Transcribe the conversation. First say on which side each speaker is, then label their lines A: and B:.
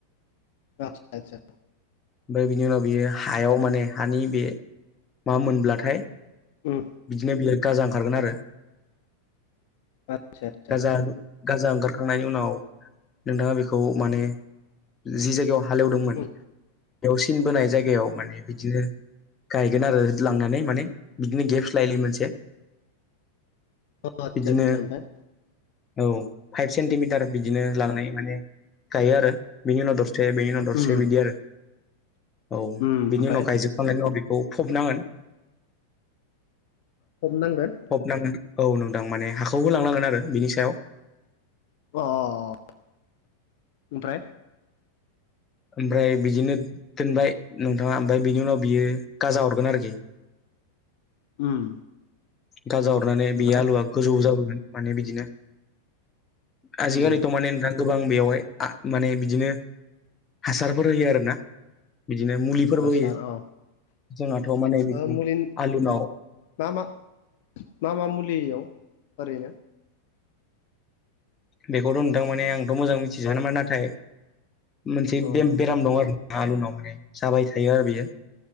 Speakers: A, on the left; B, on the left.
A: आतसा आतसा
B: ओमफाय बिनि उनाव बियो हायाव माने हानि बे मा मोनब्लाथाय।
A: उम
B: बिदिनो बियो गाजा ओंखारगोन आरो
A: आदसा आदसा
B: गाजा। गाजा ओंखारखांनायनि उनाव नोंथाङा बेखौ माने। जि जायगायाव हालेवदोंमोन
A: उम
B: बेयाव सिन बोनाय जायगायाव माने बिदिनो। गायगोन आरो लांनानै माने बिदिनो गेप्स लायै लायै मोनसे।
A: अ आतसा
B: बिदिनो
A: आतसा ओमफाय।
B: औ फाइभ सेन्टिमिटार बिदिनो लांनाय माने गायो आरो बिनि उनाव दर से बेनि उनाव दरसे
A: उम
B: बिदि आरो औ
A: उम ओमफ्राय
B: बिनि उनाव गायजोबखांनायनि उनाव बेखौ फबनांगोन।
A: फबनांगोन।
B: फबनांगोन औ नोंथां माने हाखौबो लांनांगोन आरो बिनि सायाव।
A: अ अ अ ओमफ्राय।
B: ओमफ्राय बिदिनो दोनबाय नोंथाङा ओमफ्राय बिनि उनाव बियो गाजा अरगोन आरोखि।
A: उम।
B: गाजा अरनानै
A: ओमफ्राय
B: बे आलुआ गोजौ जाबोगोन माने बिदिनो। आजिखालिथ'
A: उम
B: माने नोंथां। गोबां बेयावहाय मान बिदिनो हासारफोर होयो आरोना बिदिनो मु फोरबोयो
A: आसार अ
B: जोंहाथ' माने बिदिनो
A: ओ मुलि
B: आलुनाव
A: मा मा मा मा मुलियाव ओरैनो
B: बेखौथ' नोंथां माने आंथ' मोजां मिथिज नामा नाथाय मोनसे
A: औ
B: बे- बेराम दं आरो आलुनाव माने जाबाय थायो आरो बेयो